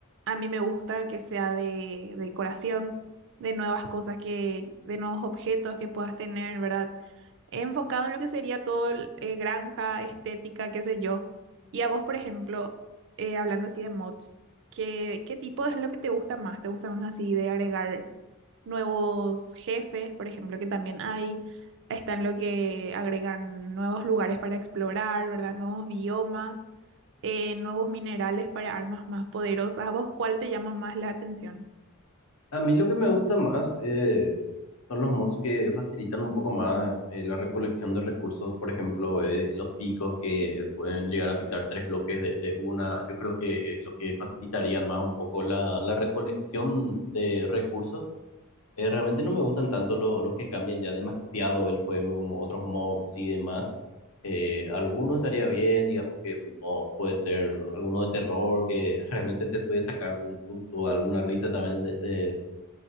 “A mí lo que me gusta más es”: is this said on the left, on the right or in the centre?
Left